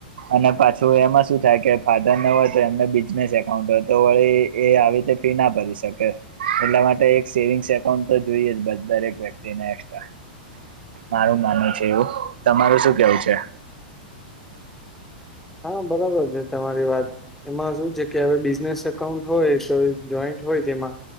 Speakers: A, on the right; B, in the centre.
A: અને પાછું એમાં શું થાય કે, ફાધરને હોય તો, એમને બિઝનેસ એકાઉન્ટ હોય તો, વળી એ આવી રીતે ફી ના ભરી શકે. એટલા માટે એક સેવિંગ્સ એકાઉન્ટ તો જોઈએ, જ બધા ને એક વ્યક્તિને એકસ્ટ્રા. મારું માનવ છે, એવું તમારું શું કેવું છે?
B: હા, બરોબર છે, તમારી વાત એમાં શું છે કે, હવે બિઝનેસ અઉન્ટ હોય તો, જોઈન્ટ હોય, તેમાં